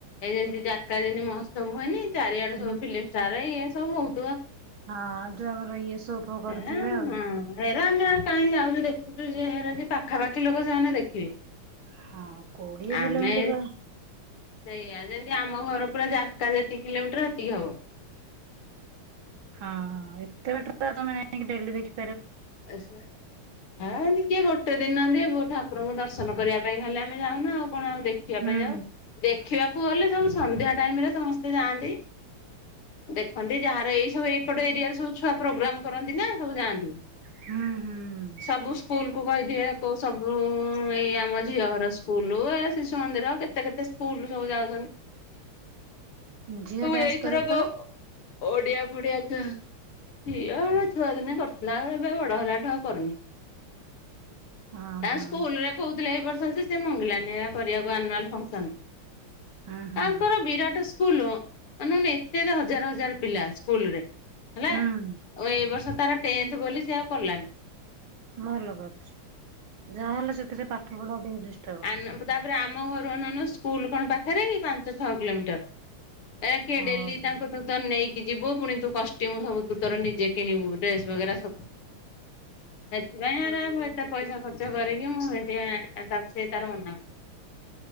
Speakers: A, on the left; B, on the right.
A: ଏଇ ଯେମିତି ଯାର୍କା ଯେମିତି ମହୋତ୍ସବ ହୁଏନି? ଚାରିଆଡୁ
B: ହୁଁ
A: ସବୁ ଫିଲ୍ମ ଷ୍ଟାର ଇଏ ସବୁ ବହୁତ୍
B: ହଁ ଯୋଉ ଆମର ଇଏ ସୋ ଫୋ କରୁଥିବେ
A: ଏ ହଁ
B: ଆଉ।
A: ହେରା ଆମେ କାହିଁ ଯାଉଛୁ ଦେଖୁଛୁ ସେ ହେରା ଯେ ପାଖାପାଖି ଲୋକ ସେମାନେ ଦେଖିବେ।
B: ହଁ କୋଡ଼ିଏ
A: ଆମେ
B: କିଲୋମିଟର
A: ସେଇଆ ଯେମିତି ଆମ ଘର ପୁରା ଜାର୍କା ଯେତିକି କିଲୋମିଟର ସେତିକି ହବ।
B: ହଁ ଏତେ ବାଟ ତମେ ଯାଇଙ୍କି ଡେଲି ଦେଖ
A: ଏସେ ହା ହେଉନି। କେ ଗୋଟେ ଦିନଦିଏ ଠାକୁରଙ୍କୁ ଦର୍ଶନ କରିବା ପାଇଁ ଖାଲି ଆମେ ଯାଉନ ଆଉ। କଣ ଆଉ ଦେଖିବା
B: ହୁଁ
A: ପାଇଁ ଯାଉ ଦେଖିବାକୁ ଗଲେ ସବୁ ସନ୍ଧ୍ୟା ଟାଇମ ରେ ସମସ୍ତେ ଯାଆନ୍ତି। ଦେଖନ୍ତି ଯାହାର ଏଇ ସବୁ ଏଇପଟ ଏରିଆରେ ସବୁ ଛୁଆ ପ୍ରୋଗ୍ରାମ କର ନା ସବୁ ଯାଆନ୍ତି।
B: ହୁଁ ହୁଁ
A: ସବୁ ସ୍କୁଲ କୁ କହିଥିବେ କୋଉ ସବୁ ହଁ ଏଇ ଆମ ଝିଅ ହର ଷ୍କୁ ସ୍କୁଲ ଏ ଶିଶୁ ମନ୍ଦିର କେତେ କେତେ ସ୍କୁଲ ସବୁ ଯାଉଛନ୍ତି।
B: ଝିଅ
A: ହ
B: ଡ୍ୟାନ୍ସ
A: ଏଇଥରକ
B: କରେ ତ?
A: ପଡିଆ ଫଡିଆ ଛୁଆ ଝିଅ ଛୁଆ ଦିନେ କରୁଥିଲା। ଆଉ ଏବ ବଡ ହେଲାଠୁ ଆଉ କରୁନି।
B: ହଁ
A: ତା
B: ହଁ
A: ସ୍କୁଲରେ କହୁଥିଲେ ଏ ବର୍ଷ ଛନ୍ତି ଯେ ସେ ମଙ୍ଗିଲାନି ହେରା କରିବାକୁ ଆନୁଆଲ ଫଙ୍କସନ।
B: ହୁଁ ହୁଁ
A: ତାଙ୍କର ବିରାଟ ସ୍କ ସ୍କୁଲ ଅନୌନ ଏତେ ଏତେ ହଜାର ହଜାର ପିଲା ସ୍କୁଲ ରେ। ହେଲା
B: ହୁଁ
A: ଏ ବର୍ଷ ତାର ଟେନ୍ଥ ବୋଲି ସେ ଆଉ କରଲାନି।
B: ଭଲ କରିଛି ଯାହାହଲେ ସେଥିରେ ପାଠ ପଢା ଟିକେ ଡିସ
A: ଆନ ତାପରେ ଆମ ଘରୁ ଅନୌନୁ ସ୍କୁଲ କଣ ପାଖରେ କି ପାଞ୍ଚ ଛଅ କିଲୋମିଟର। ଏରା କିଏ
B: ଓହୋ
A: ଡେଲି ତାଙ୍କୁ ତୁ ତ ନେଇକି କି ଯିବୁ ପୁଣି ତୁ କଷ୍ଟ୍ୟୁମ ସବୁ ତୁ ତୋର ନିଜେ କିଣିବୁ ଡ୍ରେସ ବଗେରା ସବୁ। ଏଥିପାଇଁ ଏରା ଆ ମୁ ଏତେ ପଇସା ଖର୍ଚ୍ଚ କରିକି ମୁଁ ସେଥିପାଇଁ ତା ତାର ମନା